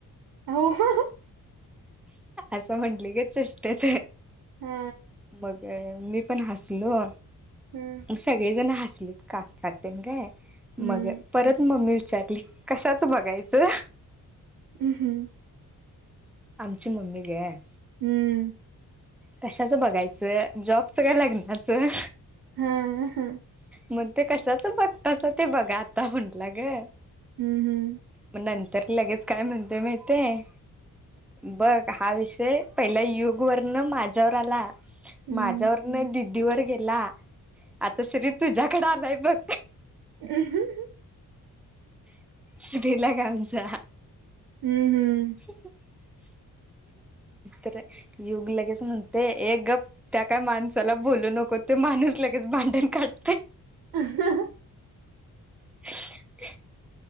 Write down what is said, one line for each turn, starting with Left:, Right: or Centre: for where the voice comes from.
Right: <unintelligible>
Centre: असं म्हटली गं चेस्टेत.
Right: हा.
Centre: मग मी पण हसलो.
Right: हम्म.
Centre: मग सगळीजण हसलीत काकातेन काय
Right: हम्म
Centre: मग. परत मम्मी विचारली कशाच बघायचं.
Right: हम्.
Centre: आमची मम्मी गं.
Right: हम्म.
Centre: कशाच बघायचं, जॉबच काय लग्नाचं.
Right: हं हं.
Centre: मग ते कशाच बघतासा ते बघा, आता म्हटला गं.
Right: हम्म हम्म.
Centre: मग नंतर लगेच काय म्हणत्या माहितेय. बघ हा विषय पहिला युग वरन माझ्यावर आला.
Right: हम्म
Centre: माझ्यावर मग दिदी वर गेला, आता श्री तुझ्याकडे आलाय बघ.
Right: <unintelligible>
Centre: श्रीला गं आमच्या.
Right: हम्म हम्म.
Centre: <unintelligible> तर युग लगेच म्हणतय ये गप. त्या काय माणसाला बोलू नको. तो माणूस लगेच भांडण काढतोय.
Right: <unintelligible>
Centre: <inaudible>